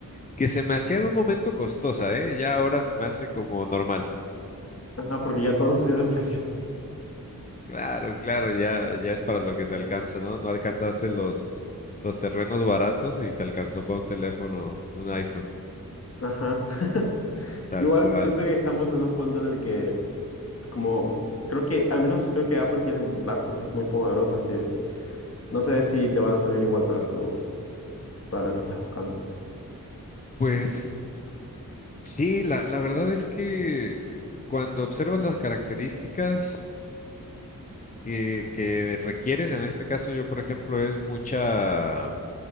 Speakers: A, on the left; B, on the left.
A: que se me hacía en un momento costosa, ¿eh? Ya ahora se me hace como normal.
B: Ajá, porque ya todo <laughs> subió de precio.
A: Claro, claro, ya, ya es para lo que te alcanza, ¿no? No alcanzaste los, los terrenos baratos y te alcanzó para un teléfono, un iPhone.
B: Ajá. <laughs>
A: Tal
B: Igual
A: cual.
B: siento que estamos en un punto en el que como creo que, al menos creo que Apple tiene laptops muy poderosas que no sé si te van a servir igual para tu, para lo que estás buscando.
A: Pues sí, la, la verdad es que cuando observas las características que, que requieres, en este caso yo, por ejemplo, es mucha